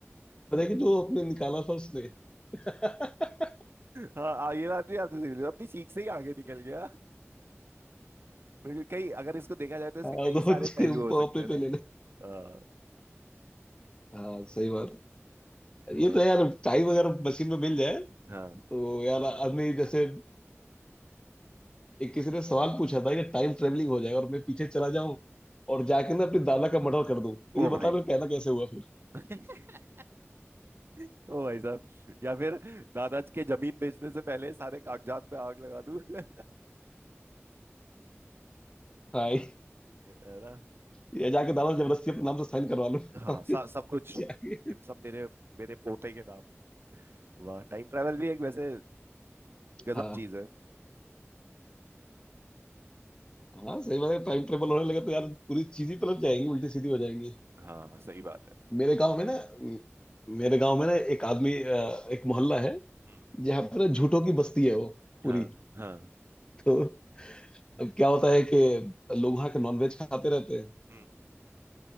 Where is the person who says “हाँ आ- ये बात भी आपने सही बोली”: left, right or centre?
Right